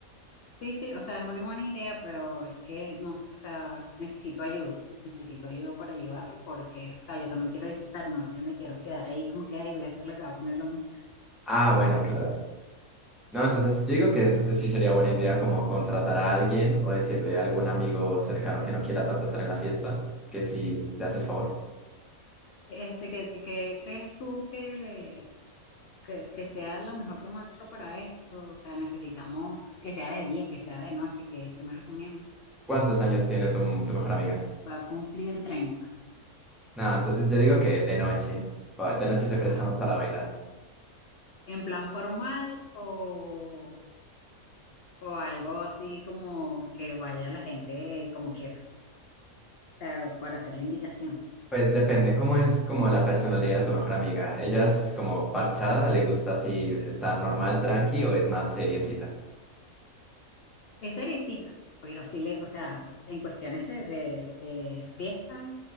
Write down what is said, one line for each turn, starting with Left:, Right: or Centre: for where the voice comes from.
Left: Sí, sí, o sea, es una buena idea, pero es que no, sé, o sea, necesito ayuda, necesito ayuda para llevarlo porque, o sea, yo también quiero disfrutar, no es que me quiero quedar ahí como queda y voy a hacer la que va a poner la música.
Centre: Ah, bueno, claro. No, entonces yo digo que entonces sí sería buena idea como contratar a alguien o decirle a algún amigo cercano que no quiera tanto estar en la fiesta que si te hace el favor.
Left: Este, ¿qué, qué crees tú que, que, que sea la mejor temática para esto. O sea, necesitamos que sea de día, que sea de noche. ¿Qué, qué me recomiendas?
Centre: ¿Cuántos años tiene tu, tu mejor amiga?
Left: Va a cumplir treinta,
Centre: No, entonces yo digo que de noche. pa- De noche se presta
Left: noche.
Centre: más para bailar.
Left: ¿En plan formal o, o algo así como que vaya la gente como quiera? O sea, para hacer la invitación.
Centre: Pues depende cómo es como la personalidad de tu mejor amiga. ¿Ella es como parchada? ¿Le gusta así estar normal, tranqui o es más seriecita?
Left: Es seriecita, pero sí le, o sea, en cuestiones de, de, de fiesta